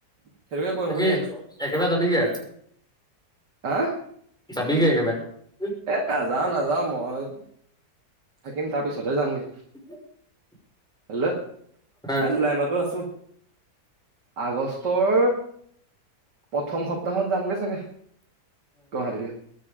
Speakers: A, on the right; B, in the centre.
A: সেইটোকে কৰিম
B: তই
A: বুলি
B: কি
A: ভাবিছো।
B: একবাৰে যাবিগে?
A: হা
B: যাবি গৈ একেবাৰে?
A: এ নাযাও নাযাও মই থাকিম, তাৰ পিছতহে যামগে।
B: <unintelligible>
A: হেল্ল',
B: অ
A: এ জুলাই মাহতো আছো। আগষ্ট তৰ প্ৰথম সপ্তাহত যামগে চাগে, গুৱাহাটীলৈ।